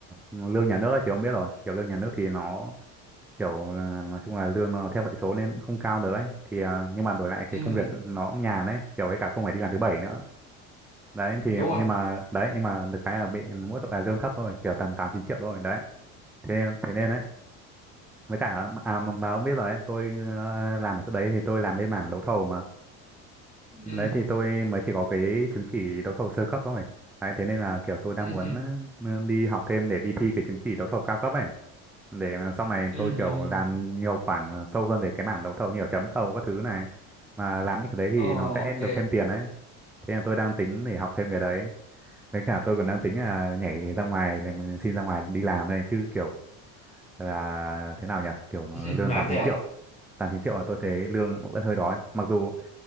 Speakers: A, in the centre; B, on the left.
A: lương nhà nước ấy thì ông biết rồi, kiểu lương nhà nước thì nó kiểu là- nói chung là lương nó theo hệ số nên cũng không cao được ấy. Thì à, nhưng mà đổi lại cái
B: ừ,
A: công việc nó cũng nhàn ấy, kiểu với cả không phải đi làm thứ bảy nữa. đấy thì
B: đúng rồi.
A: nhưng mà đấy nhưng mà được cái là bị mỗi tội là lương thấp thôi kiểu tầm tám chín triệu thôi đấy thế thế nên đấy với cả à mà, mà ông biết rồi đấy tôi ờ, làm ở chỗ đấy thì tôi làm bên mảng đấu thầu mà đấy
B: Ừ,
A: thì tôi mới chỉ có cái chứng chỉ đấu thầu sơ cấp thôi đấy thế nên là kiểu tôi đang
B: ừ,
A: muốn
B: ừ,
A: ờ, đi học thêm để đi thi cái chứng chỉ đấu thầu cao cấp ấy để sau này
B: ừ.
A: tôi kiểu
B: ừ.
A: làm nhiều khoản sâu hơn về cái mảng đấu thầu nhiều chấm thầu các thứ này mà làm những cái đấy
B: Ờ,
A: thì nó sẽ
B: ok.
A: được thêm tiền đấy thế là tôi đang tính để học thêm cái đấy Với cả tôi còn đang tính là nhảy ra ngoài làm- xin ra ngoài đi làm đây chứ kiểu là thế nào nhỉ? Kiểu
B: <laughs>
A: lương
B: Nản
A: 8
B: rồi
A: 9
B: à?
A: triệu. 8 9 triệu là tôi thấy lương vẫn hơi đói. Mặc dù